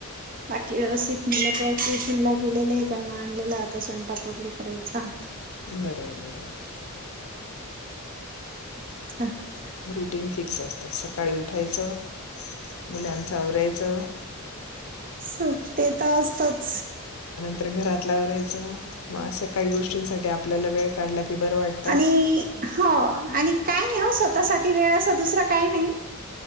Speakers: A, on the right; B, on the left.
A: बाकी व्यवस्थित मुल काये ट्यूशन ला गेलेले त्यांना आणलेला आता स्वयंपाक वगैरे करायचा.
B: बरोबर बरोबर.
A: <inaudible>
B: रुटीन फिक्स असतं सकाळी उठायचं मुलांच आवरायचं
A: स ते त असतच
B: घरातल आवरायचं म अशा काही गोष् <unintelligible> आपल्याला वेळ काढला की बर वाटत-
A: आणि हो आणि काय नाही हो स्वतःसाठी वेळ असा दुसरा काय नाही.